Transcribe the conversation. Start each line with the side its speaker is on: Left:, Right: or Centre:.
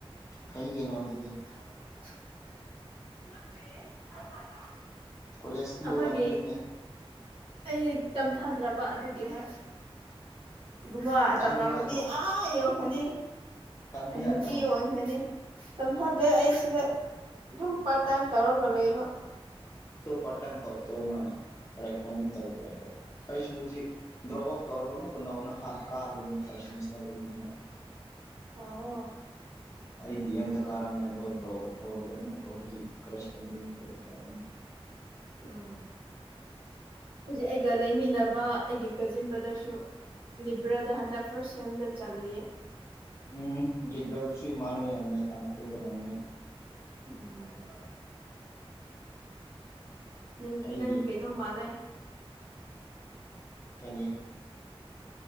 Left: ꯍꯩꯒꯩꯅꯣ ꯑꯗꯨꯗꯤ
Right: ꯂꯦ
Left: ꯀꯣꯂꯦꯖꯇꯤ
Right: ꯑꯩꯈꯣꯏꯒꯤ
Left: ꯂꯣꯏꯔꯝꯃꯅꯤꯅꯦ
Right: ꯑꯩ ꯇꯝꯊꯥꯗ꯭ꯔꯕ ꯑꯗꯨꯒꯤ ꯍꯣꯏ ꯏꯕꯨꯡꯉ
Left: ꯇꯝꯕ
Right: ꯇꯝꯃꯕꯗꯤ
Left: ꯌꯥꯗ꯭ꯔꯣ
Right: ꯑꯥ ꯌꯧꯔꯈꯅꯤ
Left: ꯇꯝꯕ
Right: ꯍꯅꯕꯤ
Left: ꯌꯥꯗ꯭ꯔꯣ
Right: ꯑꯣꯟꯈꯅꯤ ꯇꯝꯊꯥꯗꯦ ꯑꯩ ꯁꯤꯗ ꯑꯗꯨꯝ ꯄꯥꯔꯠ ꯇꯥꯏꯝ ꯇꯧꯔꯒ ꯂꯩꯕ
Left: ꯇꯣ ꯄꯔ ꯇꯥꯏꯝ ꯇꯥꯎ ꯇ ꯀꯔꯦꯁꯄꯣꯟꯗꯤꯡ ꯇꯧꯕ ꯌꯥꯗ꯭ꯔꯥ ꯑꯩꯁꯨ ꯍꯧꯖꯤꯛ ꯗ꯭ꯔꯣꯞ ꯑꯥꯎꯠ ꯇꯧꯔꯒ ꯑꯃꯨꯛ ꯈꯨꯨ ꯅꯧꯅ ꯀꯥꯗꯣꯏꯅꯤ ꯐꯥꯔꯁ ꯁꯦꯃꯤꯁꯇꯔꯗꯒꯤ ꯍꯟꯗꯛ
Right: ꯑ
Left: ꯑꯩ ꯗꯤ ꯑꯦꯝꯗ ꯀꯥꯔꯝꯃꯦ ꯑꯗꯣ ꯗ꯭ꯔꯣ ꯑꯥꯎ ꯇꯧꯔꯒ ꯑꯃꯨꯛꯀ ꯍꯧꯖꯤꯛ ꯀꯔꯦꯁꯄꯣꯟꯗꯤꯡ ꯀꯣꯂꯦꯖ ꯇꯧꯔꯅꯤ
Right: ꯎꯝ ꯍꯧꯖꯤꯛ ꯑꯩꯒ ꯂꯩꯃꯤꯟꯅꯕ ꯑꯩꯒꯤ ꯀꯖꯤꯟ ꯕ꯭ꯔꯗꯔꯁꯨ ꯂꯤꯕꯔꯦꯜꯗ ꯍꯟꯗꯛ ꯐꯥꯔꯁ ꯁꯦꯝꯗ ꯆꯠꯂꯤ
Left: ꯎꯝ ꯄ꯭ꯔꯦꯜꯗꯨꯁꯨ ꯏꯃꯥꯟꯅꯅꯕ ꯌꯥꯕꯅꯦ ꯇꯥꯡꯈꯨꯜꯒꯔꯣꯡꯃꯩ
Right: ꯎꯝ ꯅꯪ
Left: ꯑꯩꯗꯤ
Right: ꯅꯪ ꯀꯩꯅꯣ ꯃꯥꯂꯦ
Left: ꯀꯔꯤ